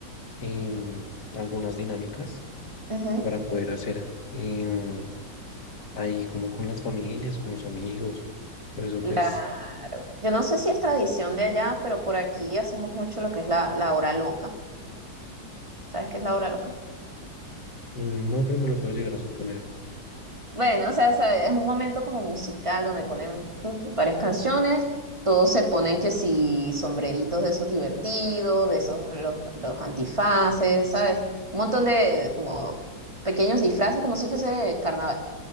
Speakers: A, on the left (about 65°); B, on the right (about 15°).
A: em, algunas dinámicas
B: Ujú,
A: para poder hacer em, ahí como con las familias, con los amigos. Por eso
B: Claro.
A: pues,
B: Yo no sé si es tradición de allá, pero por aquí hacemos mucho lo que es la, la hora loca. ¿Sabes qué es la hora loca?
A: mm, no, pero me lo puedo llegar a suponer.
B: Bueno, o sea, sabe, es un momento como musical donde ponen pues, varias canciones, todos se ponen que si sombreritos de esos divertidos, de esos los, los antifaces, ¿sabes? Un montón de de como pequeños disfraces, como si fuese carnaval.